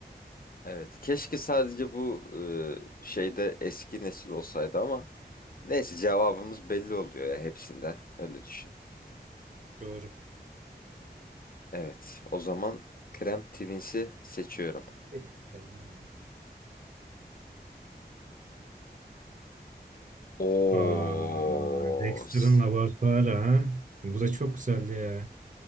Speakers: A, on the left (about 55°); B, on the right (about 45°).
A: evet keşke sadece bu e, şeyde eski nesil olsaydı ama neyse cevabımız belli oluyor ya hepsinde. Öyle düşün.
B: Doğru.
A: Evet. O zaman Cramp Twins'i seçiyorum.
B: Peki. Bakalım aynen.
A: Oo.
B: Aa, Dexter'ın
A: s-
B: laboratuvarı ha. Bu da çok güzeldi ya.